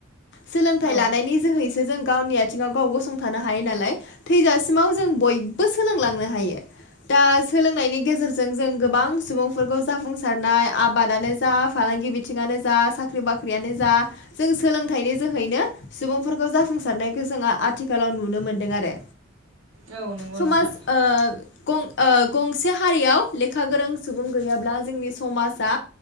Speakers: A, on the left; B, on the right.
A: सोलोंथाइ
B: औ
A: लानायनि जोहैसो जों गावनि आथिङाव गाव गसं थानो हायो नालाय थैजासिमाव जों बयबो सोलोंलांनो हायो दा सोलोंनायनि गेजेरजों जों गोबां सुबुंफोरखौ जाफुंसारनाय आबादानो जा फालांगि बि थिङानो जा साख्रि बाख्रियानो जा जों सोलोंथाइनि जोहैनो सुबुंफोरखौ जाफुंसारनायखौ जोंहा आथि खालाव नुनो मोनदों आरो।
B: औ नंगौ
A: समाज
B: नोंथां
A: ओ गं ओ गंसे हारियाव लेखा गोरों सुबुं गैयाब्ला जोंनि समाजा